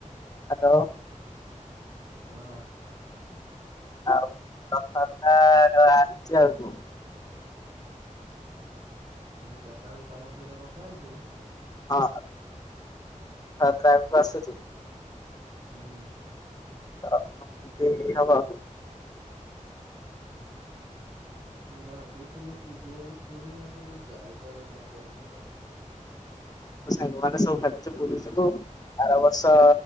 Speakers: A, on the left (about 30°); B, on the right (about 40°).
A: ହ୍ୟାଲୋ।
B: ହଁ।
A: ଆଉ ରଥଯାତ୍ରା ଆସିଛି ଆଗକୁ
B: ମୁଁ ଯେତେବେଳେ ତମ ସହିତ କଥା ହେଉଥିଲି,
A: ହଁ <unintelligible> ବସ ଅଛି।
B: ହୁଁ
A: ଆଉ କଣ ବି ହବ।
B: ଭାବୁଥିଲୁ ଯିବୁବୋଲି ପୁରୀ ମୁଁ କିନ୍ତୁ ଯାଇପାରେ ନ ଯାଇପାରେ ଆଉ।
A: ତ ସାଙ୍ଗ ମାନେ ସବୁ ଭାବିଛୁ ପୁରୀ ଯିବୁ। ଆର ବର୍ଷ